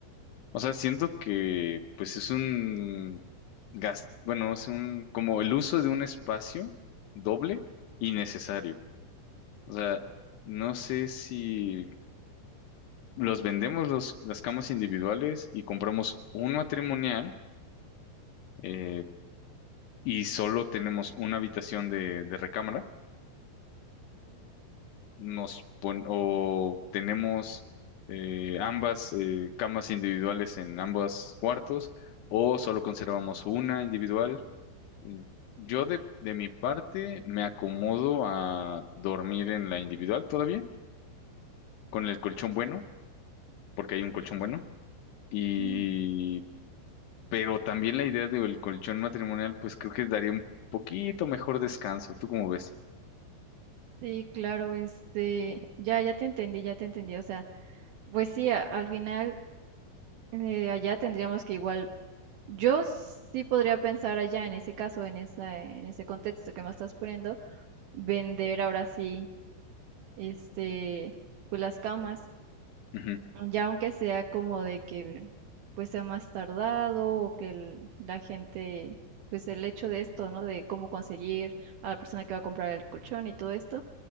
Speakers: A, on the left; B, on the right.
A: O sea, siento que pues es un gas, bueno, es un como el uso de un espacio doble innecesario. O sea, no sé si los vendemos los, las camas individuales y compramos un matrimonial eh, y solo tenemos una habitación de, de recámara. nos pon- o tenemos eh, ambas eh, camas individuales en ambos cuartos o solo conservamos una individual. En- Yo de, de mi parte me acomodo a dormir en la individual todavía, con el colchón bueno, porque hay un colchón bueno. Y
B: Mm,
A: pero también la idea del colchón matrimonial, pues creo que daría un poquito mejor descanso. ¿Tú cómo ves?
B: Sí, claro, este, ya, ya te entendí, ya te entendí, o sea, pues sí, a- al final eh, allá tendríamos que igual, yo sí podría pensar allá en ese caso, en esa, en ese contexto que me estás poniendo vender ahora sí, este, pues las camas,
A: Ujú,
B: ya aunque sea como de que pues sea más tardado o que el- la gente, pues el hecho de esto, ¿no? De cómo conseguir a la persona que va a comprar el colchón y todo esto,